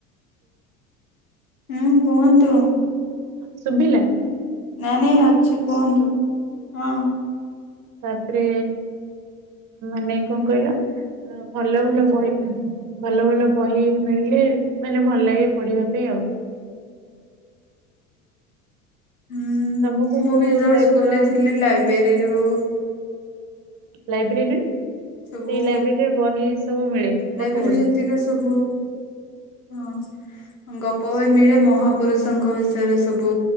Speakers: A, on the left; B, on the right.
A: ହୁଁ କୁହନ୍ତୁ।
B: ଶୁଭିଲା?
A: ନାଇଁ ନାଇଁ ଅଛି କୁହନ୍ତୁ ହଁ।
B: ତାପରେ ମାନେ କଣ କହିଲ? ଆ ଭଲ ଭଲ ବହି ହୁଁ। ଭଲ ଭଲ ବହି ମିଳିଲେ ମାନେ ଭଲ ଲାଗେ ପଢିବା ପାଇଁ ଆଉ।
A: ହୁଁ
B: ତମକୁ
A: ମୁଁ
B: କୋଉ
A: ବି ଯେତେବେଳେ
B: ଟାଇପ
A: ସ୍କୁଲରେ
B: ର
A: ଥିଲି ଲାଇବ୍ରେରୀରୁୁ
B: ଲାଇବ୍ରେରୀ
A: ସବୁ
B: ଲାଇବ୍ରେରୀରେ ବହି ସବୁ ମିଳେ
A: ଲାଇବ୍ରେରୀରୁ
B: ଗପ ବହି।
A: ଯେତିକି ସବୁ। ହଁ। ଗପ ବହିି ମିଳେ ମହାପୁରୁଷଙ୍କ ବିଷୟରେ ସବୁ